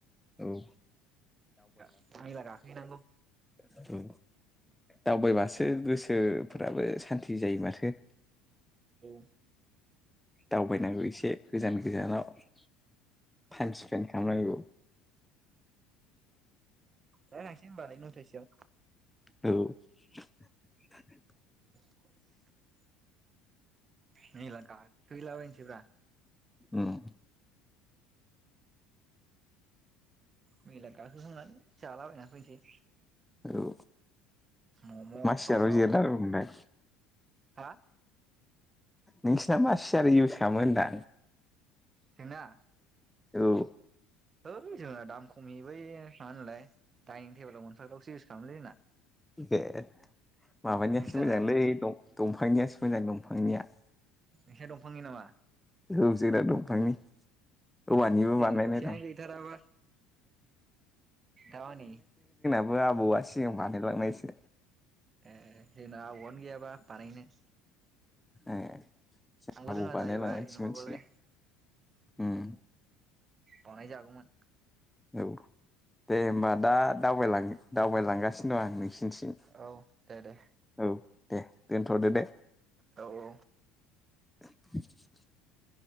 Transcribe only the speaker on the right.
गा मेला गाखो हैनांगौ
औ
दा नायसै होमबालाय न'यथा सोआव।
<inaudible> मेला गाखो हैला बाय सैब्रा
मेला गाखोखांनानै जाला बायना फैनोसै।
मम'
साव साव
हा
जोङा
है जोंना दाम खमि बै मा होनोमोनलाय डाइनिं टेबोलाव मोनफाग्राखौसो इउज खालामलै जोंना।
नोंसिनालाय
नोंसा दंफांनि नामा?
है जोंना
फैसायानो
गैथाराबा दा मानि
ए जोंना आबौआनो गैयाबा बानायनो
आंबो
रोङा
जाहैबाय नङाबालाय
बानायजागौमोन।
औ दे दे
औ औ